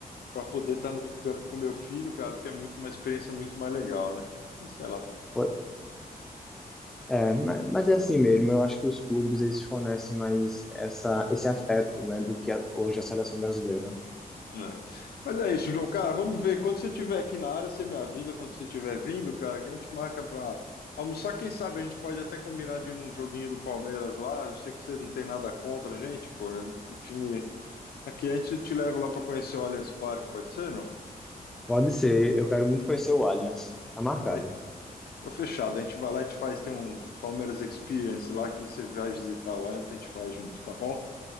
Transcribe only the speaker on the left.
para poder estar no campo com meu filho, cara, porque é muito uma experiência muito mais legal, né? Mas Sei lá.
né? Mas é isso, João, cara, vamos ver. Quando você estiver aqui na área, você me avisa quando você estiver vindo, cara, que a gente marca para almoçar. Quem sabe a gente pode até combinar de ir num joguinho do Palmeiras lá. Eu sei que você não tem nada contra a gente, pô. é um time... Aqui a gente te leva lá para conhecer o Allianz Parque, pode ser, não?
Ah, Fica fechado. A gente vai lá e te faz. Tem um Palmeiras Experience lá que você vai visitar o Allianz, a gente faz junto, tá bom?